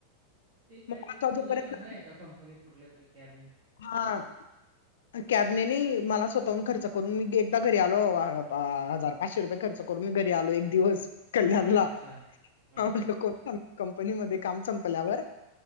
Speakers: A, on the right; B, on the left.
A: काहीतरी
B: मग वाजेपर्यंत
A: घुसायचे एका कंपनीमध्ये कुठल्यातरी कॅप नी
B: हा कॅबनेे नाही मला स्वतःहून खर्च <inaudible> करून मी एकदा घरी आलो हजार पाचशे रुपये खर्च करून मी घरी आलो एक दिवस <unintelligible> कल्याणला
A: अच्छा अच्छा
B: म्हटल कोण कंपनी मध्ये काम संपल्यावर